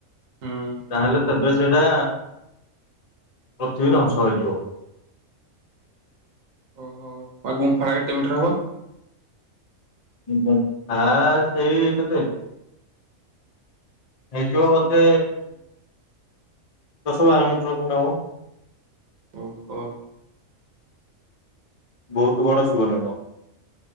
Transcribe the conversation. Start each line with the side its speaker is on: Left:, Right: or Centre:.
Right: ହୁଁ।
Left: ତାହେଲେ ତେବେ ସେଇଟା, ପଥିବୀ ଧ୍ୱଂସ ହୋଇଯିବ।
Right: ଓହୋ। ଆ ଗୁମ୍ଫାଟା କେତେ ମିିଟର ହବ?
Left: ଗୁମ୍ଫା ସେଇ କେତେ? ହେଇଯିବ ବୋଧେ, ଦଶ ବାର ମିଟର ଖଣ୍ଡେ ହବ।
Right: ଓହୋ।
Left: ବହୁତ ବଡ ଶିବ ଲିଙ୍ଗ।